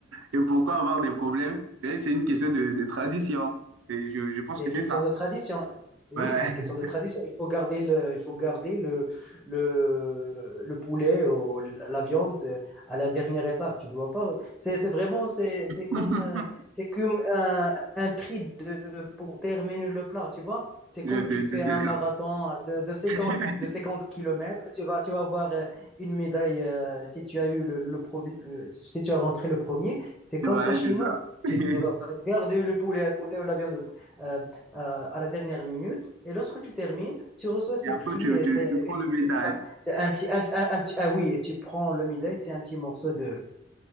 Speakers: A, on the right; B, in the centre.
A: Et pourquoi avoir des problèmes? Eh, C'est une question de, de tradition. C'est- Je, je pense
B: C'est
A: que
B: question
A: c'est ça.
B: de tradition. Oui,
A: Ouais.
B: c'est question de tradition. Il faut garder le, il faut garder le, le, le poulet ou la viande à la dernière étape. Tu dois pas. C'est, c'est vraiment, c'est, c'est comme,
A: <laughs>
B: euh, c'est comme un, un prix de, pour terminer le plat. Tu vois? C'est
A: Je
B: comme
A: te
B: tu fais
A: dis, c'est
B: un
A: ça.
B: marathon de, de cinquante,
A: <laughs>
B: de 50 kilomètres. Tu vas, tu vas avoir euh, une médaille euh, si tu as eu le, le premier, euh, si tu as rentré le premier. C'est comme
A: Ouais,
B: ça chez
A: c'est ça.
B: nous.
A: <laughs>
B: Tu dois garder le poulet à côté ou la viande euh, euh, à la dernière minute. Et lorsque tu termines, tu reçois ce
A: Et après,
B: prix.
A: tu,
B: et
A: tu,
B: C'est
A: tu prends
B: une
A: le
B: petite
A: médaille
B: c'est un petit, un, un- un petit. Ah oui, et tu prends le midai, c'est un petit morceau de